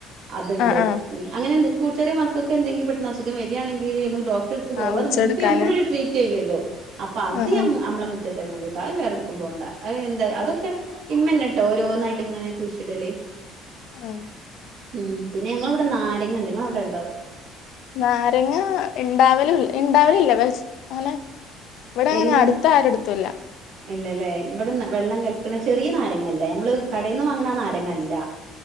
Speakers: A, on the right (about 65°); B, on the left (about 65°).
A: അതുണ്ട്
B: ആഹ് ആഹ്
A: അങ്ങനെണ്ട് കൂച്ചെറ മക്കൾക്ക് എന്തെങ്കും പെട്ട അുഖം വരികണങ്കിൽമുക്ക് റ്റടുക്ക് പോക
B: ആഹ് വെച്ചെടുക്കാന്
A: അത് മുമ്പേ നമ്മൊരു ട്രീറ്റ് ചെയ്യുമല്ലോ അപ്പം
B: ആഹ് ആഹ്
A: അമ്മള റ്റ തന്നെട്ടാ അത് വേറെ എടുക്കും പോണ്ട എന്താ അതൊക്കെ ഇമ്മന്നെട്ടോ ഓരോന്നായിട്ട് ഇങ്ങനെ കുൂശിടല്
B: ആഹ
A: ഉം പിന്നെ ഞങ്ങ ഇവിടെ നാരങ്ങ ഉണ്ട് നിങ്ങ അവിടെ ഉണ്ടാവുക
B: നാരങ്ങ ഉണ്ടാവല ഉണ്ടാവലല്ല അനെ ഇവിടെ അങ്ങനെ
A: എങ്ങനത്തെ
B: അടുത്ത ആരടുത്തല്ല
A: ഇല്ലല്ലേ ഇവിടെ വെള്ളം കൽിക്കണ ചെറിയ നായ ല്ല നമ്മള് കടയിൽന്ന് വാങ്ങണാരങ്ങല്ല